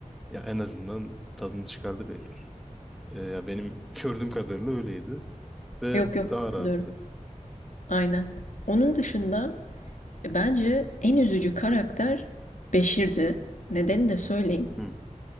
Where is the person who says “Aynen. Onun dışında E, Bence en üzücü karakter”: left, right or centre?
Left